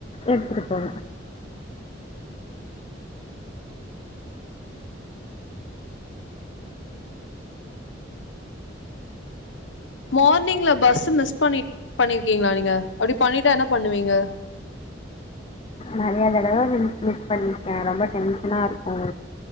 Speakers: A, on the left; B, on the left.
A: எட்த்துட் போவே
B: மார்னிங்ல பஸ் மிஸ் பண்ணி பண்ணிர்கீங்ளா நீங்க அப்டி பண்ணிட்டா என்ன பண்ணுவீங்க
A: நெறைய தடவ மிஸ் மிஸ் பண்ணிர்க்கன் ரொம்ப டென்ஷனா ருக்கும்